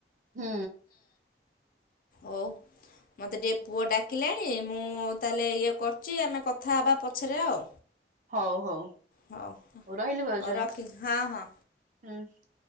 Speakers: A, on the right (about 45°); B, on the left (about 50°).
A: ହୁଁ।
B: ଆଉ। ମତେ ଟିକେ ପୁଅ ଡାକିଲାଣି ମୁଁ ତାହେଲେ ଇଏ କରୁଛି। ଆମେ କଥା ହେବା ପଛରେ ଆଉ।
A: ହୋଉ ହୋଉ
B: ହଉ
A: ରହିଲି ଭାଉଜ
B: ହଉ ରଖି ହଁ ହଁ।
A: ହୁଁ।